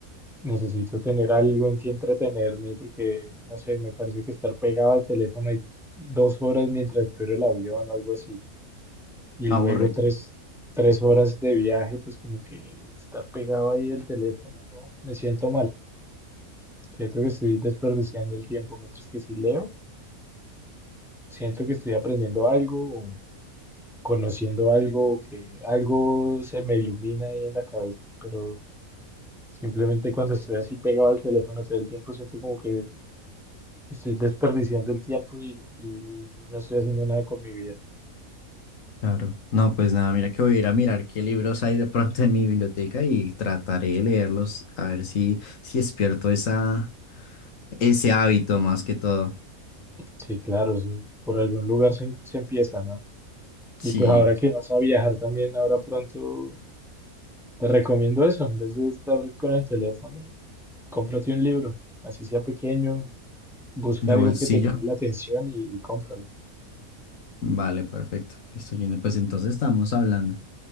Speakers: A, in the centre; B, on the left.
A: Necesito tener algo en que entretenerme porque, no sé, me parece que estar pegado al teléfono ahí dos horas mientras espero el avión o algo así, y
B: Aburre.
A: luego tres, tres horas de viaje, pues como que estar pegado ahí al teléfono, no, me siento mal. Siento que estoy desperdiciando el tiempo, mientras que si leo, siento que estoy aprendiendo algo o conociendo algo o que algo se me ilumina ahí en la cabeza, pero simplemente cuando estoy así pegado al teléfono todo el tiempo siento como que Estoy desperdiciando el tiempo y, y no estoy haciendo nada con mi vida.
B: Claro. No, pues nada, mira que voy a ir a mirar qué libros hay de pronto en mi biblioteca y trataré de leerlos a ver si, si despierto esa, ese hábito más que todo.
A: Sí, claro, eso por algún lugar se, se empieza, ¿no?
B: Sí,
A: Y pues ahora que vas a viajar también, ahora pronto, te recomiendo eso, en vez de estar con el teléfono, cómprate un libro, así sea pequeño, busca
B: de
A: algo
B: bolsillo.
A: que te llame la atención y, y cómpralo.
B: Vale, perfecto. Listo, Gino. Pues entonces estamos hablando.